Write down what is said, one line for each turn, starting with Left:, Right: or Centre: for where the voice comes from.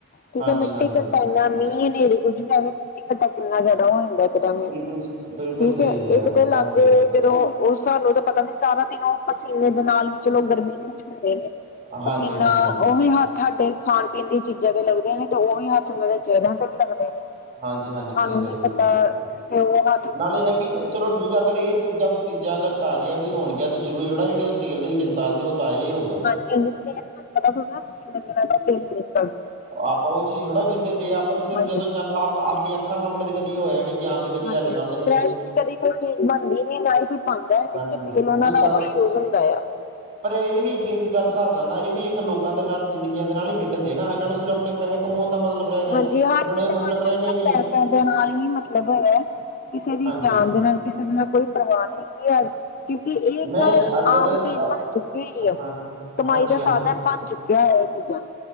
Left: ਠੀਕ
Right: ਹਾਂਜੀ
Left: ਐ ਮਿੱਟੀ
Right: ਹਾਂਜੀ
Left: ਕਟਾ ਇਨਾ ਮੀਂਹ ਹਨੇਰੀ ਕੁੱਝ ਵੀ ਆਵੇ ਮਿੱਟੀ ਘਟਾ ਕਿੰਨਾ ਜ਼ਿਆਦਾ ਹੋ ਜਾਂਦਾ ਇੱਕਦਮ ਈ
Right: <unintelligible>
Left: ਠੀਕ ਹੈ
Right: ਕਿਹਾ
Left: ਇੱਕ
Right: ਵਾ
Left: ਤੇ ਲਾਗੇ
Right: ਹਾਂਜੀ
Left: ਜਦੋਂ ਉਹ ਸਾਨੂੰ ਤਾਂ ਪਤਾ ਨੀ ਸਾਰਾ ਦਿਨ ਉਹ ਪਸੀਨੇ ਦੇ ਨਾਲ ਵੀ ਚਲੋ ਗਰਮੀ ਦੇ ਵਿੱਚ ਹੁੰਦੇ ਨੇ ਪਸੀਨਾ
Right: ਹਾਂਜੀ, ਹਾਂਜੀ, ਹਾਂਜੀ।
Left: ਉਹੀ ਹੱਥ ਤੁਹਾਡੇ ਖਾਨ-ਪੀਨ ਦੀਆਂ ਚੀਜ਼ਾਂ ਤੇ ਲੱਗਦੇ ਆਂ ਨੇ, ਤੇ ਉਹੀ ਹੱਥ ਉਹਨਾਂ ਦੇ ਚਿਹਰਿਆਂ ਤੇ ਵੀ ਲੱਗਦੇ ਨੇ ਤੁਹਾਨੂੰ
Right: ਹਾਂਜੀ, ਹਾਂਜੀ ਸਹੀ ਗੱਲ
Left: ਨੀ
Right: ਬਿਲਕੁਲ
Left: ਪਤਾ ਕਿਵੇ ਦਾ
Right: ਨਾਲੇ ਇਹ ਵੀ ਚਲੋ ਠੀਕ ਆ ਅਗਰ ਇਹ ਚੀਜ਼ਾਂ ਚੀਜ਼ਾਂ ਅਗਰ ਤਾਜ਼ੀਆਂ ਵੀ ਹੋਨ ਗਿਆਂ ਤਾਂ। ਜ਼ਰੂਰੀ ਥੋੜਾ ਜਿਹੜੇ ਉਹ ਤੇਲ ਦੇ ਵਿੱਚ ਚੀਜ਼ਾਂ ਤਲ ਦੇ ਉਹ ਤਾਜ਼ਾ ਹੀ ਹੋਊਗਾ
Left: ਹਾਂਜੀ-ਹਾਂਜੀ ਤੇਲ ਸਾਨੂੰ ਪਤਾ ਥੋੜਾ ਕਿੰਨੇ ਵਾਰ ਤਲਿਆ ਏ ਤੇਲ ਵਿੱਚ।
Right: ਆਪਾਂ ਉਹ ਚੀਜ਼ ਥੋੜ੍ਹਾ ਵਿੰਦੇ ਪਏ ਆ। ਆਪਾਂ ਤੇ ਸਿਰਫ
Left: ਹਾਂਜੀ
Right: ਜਦੋਂ ਜਾਂਨੇ ਆ। ਆਪਾਂ ਸਾਡੀਆਂ ਅੱਖਾਂ ਸਾਹਮਣੇ ਤੇ ਕਦੀ ਹੋਇਆ ਨੀ ਕਿ ਹਾਂ ਵੀ ਕਦੀ
Left: ਹਾਂਜੀ
Right: ਸਾਡੇ ਸਾਮਣੇ
Left: ਹਾਂਜੀ ਫਰੈਸ਼ ਕਦੀ ਕੋਈ ਚੀਜ਼ ਬਨਦੀ ਨੀ। ਨਾ ਈ ਕੋਈ ਪਾੰਦਾ ਏ। ਕਿਉਂਕਿ
Right: ਹਾਂਜੀ
Left: ਤੇਲ ਉਹਨਾ
Right: ਉਹ ਵੀ
Left: ਦਾ
Right: ਸਾਡੇ
Left: ਉਹੀ ਯੂਜ ਹੁੰਦਾ ਆ
Right: ਪਰ ਇਹ ਵੀ ਇੱਕ ਗੱਲ ਹਿਸਾਬ ਨਾਲ ਨਾ। ਇਹ ਵੀ ਇੱਕ ਲੋਕਾਂ ਦੇ ਨਾਲ ਜ਼ਿੰਦਗੀਆਂ ਦੇ ਨਾਲ ਹੀ ਖੇਡਣ ਦੇ ਨਾ ਇਹਨਾਂ ਨੂੰ ਸਿਰਫ ਆਪਣੇ ਪੈੇਹੇ ਕਮਾਉਣ ਦਾ ਮਤਲਬ ਰਹਿ ਗਿਆ
Left: ਹਾਂਜੀ। ਹਰ
Right: ਇਹਨਾਂ
Left: ਕਿਸੇ
Right: ਇਹ
Left: ਨੂੰ
Right: ਮਤਲਬ
Left: ਅੱਜ ਕੱਲ
Right: ਰਹਿ
Left: ਸਿਰਫ
Right: ਗਿਆ ਹੀ ਨਹੀਂ
Left: ਪੈਸਿਆਂ
Right: ਹੈ
Left: ਦੇ ਨਾਲ ਹੀ ਮਤਲਬ ਹੈਗਾ ਕਿਸੇ ਦੀ
Right: ਹਾਂਜੀ
Left: ਜਾਨ ਦੇ ਨਾਲ ਕਿਸੇ ਦੇ ਨਾਲ ਕੋਈ ਪਰਵਾਹ ਨੀ ਹੈਗੀ ਐ। ਕਿਉਂਕਿ ਇਹ ਇੱਕ
Right: ਨਹੀਂ ਅਗਰ
Left: ਆਮ
Right: ਅ,
Left: ਚੀਜ਼ ਬਣ ਚੁੱਕੀ ਹੋਈ ਆ।
Right: ਹਾਂ
Left: ਕਮਾਈ
Right: ਹਾਂਜੀ
Left: ਦਾ
Right: ਹਾਂਜੀ
Left: ਸਾਧਨ ਬਣ ਚੁੱਕ ਕਿਆ ਏ ਚੀਜ਼ਾਂ।